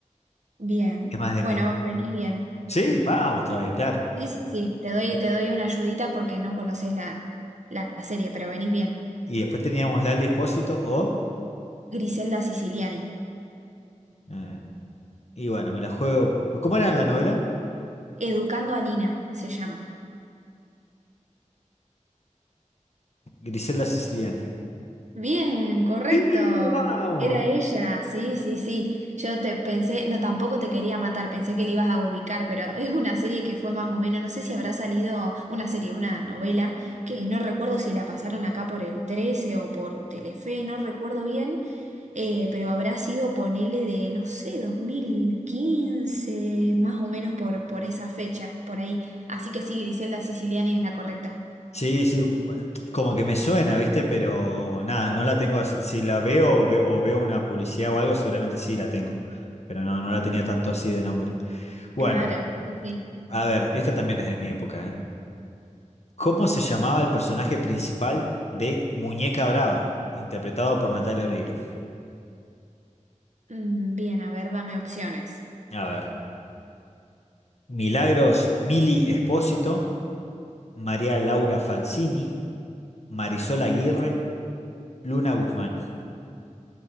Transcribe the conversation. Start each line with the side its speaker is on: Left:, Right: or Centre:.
Right: Bien.
Left: es más de
Right: Bueno,
Left: mí.
Right: venís bien.
Left: Sí, vamos todavía, claro.
Right: Sí, sí, sí. Te doy,
Left: Y,
Right: te doy una ayudita porque no conoces la, la serie, pero venís bien.
Left: y después teníamos Lali Espósito o...
Right: Griselda Siciliani.
Left: eh, y bueno, me la juego... ¿Cómo era la novela?
Right: Educando a Nina se llama.
Left: Griselda Siciliani.
Right: Bien, correcto.
Left: Sí, vamos.
Right: Era ella, sí, sí, sí. Yo te pensé, no, tampoco te quería matar, pensé que le ibas a ubicar, pero <laughs> es una serie que fue más o menos, no sé si habrá salido una serie, una novela, que no recuerdo si la pasaron acá por el 13 o por Telefe, no recuerdo bien, eh, pero habrá sido, ponele de, no sé, 2015 más o menos por, por esa fecha, por ahí. Así que sí, Griselda Siciliani es la correcta.
Left: Sí, sí, m- como que me suena, ¿viste? Pero nada, no la tengo así. Si la veo o veo, o veo una publicidad o algo, seguramente sí la tengo. Pero no, no la tenía tanto así de nombre. Bueno,
Right: Claro, sí, sí.
Left: a ver, esta también es de mi época, ¿eh? ¿Cómo se llamaba el personaje principal de Muñeca Brava, interpretado por Natalia Oreiro?
Right: Mm, Bien, a ver, dame opciones.
Left: A ver, Milagros Mili Espósito, María Laura Falsini, Marisol Aguirre, Luna Guzmán.